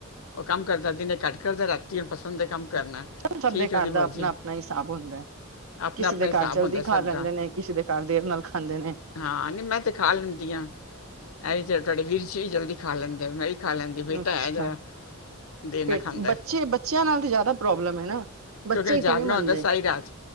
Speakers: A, on the left; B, on the right.
A: ਉਹ ਕੰਮ ਕਰਦਾ ਦਿਨੇ ਘੱਟ ਕਰਦਾ ਰਾਤੀ ਉਹਨੂੰ ਪਸੰਦ ਹੈ ਕੰਮ ਕਰਨਾ
B: ਸਭ-ਸਭ
A: ਠੀਕ
B: ਦੇ
A: ਹੈ
B: ਘਰ
A: ਉਹਦੀ
B: ਦਾ
A: ਮਰਜ਼ੀ
B: ਆਪਣਾ-ਆਪਣਾ ਹਿਸਾਬ ਹੁੰਦਾ ਹੈ।
A: ਆਪਣਾ
B: ਕਿਸੇ
A: ਆਪਣਾ
B: ਦੇ
A: ਹਿਸਾਬ
B: ਘਰ ਜਲਦੀ
A: ਹੁੰਦਾ
B: ਖਾ
A: ਸਭ
B: ਲੈਂਦੇ
A: ਦਾ
B: ਨੇ, ਕਿਸੇ ਦੇ ਘਰ ਦੇਰ ਨਾਲ ਖਾਂਦੇ ਨੇ।
A: ਹਾਂ, ਨਹੀਂ ਮੈਂ ਤੇ ਖਾ ਲੈਂਦੀ ਹਾਂ ਇਹ ਵੀ ਤੇ ਤੁਹਾਡੇ ਵੀਰਜੀ ਵੀ ਜਲਦੀ ਖਾ ਲੈਂਦੇ ਮੈਂ ਵੀਫ ਖਾ ਲੈਂਦੀ ਬੇਟਾ
B: ਅੱਛਾ
A: ਹੈ ਜਰਾ ਦੇਣਾ
B: ਪੇਟ
A: ਖਾਂਦਾ
B: ਬੱਚੇ
A: ਹੈ।
B: ਬੱਚਿਆਂ ਨਾਲ ਤੇ ਜ਼ਿਆਦਾ ਪ੍ਰੋਬਲਮ ਹੈ ਨਾ ਬੱਚੇ
A: ਕਿਉਂਕਿ
B: ਇਥੇ
A: ਜਾਗਣਾ
B: ਨਹੀਂ ਮੰਨਦੇ
A: ਹੁੰਦਾ ਸਾਰੀ ਰਾਤ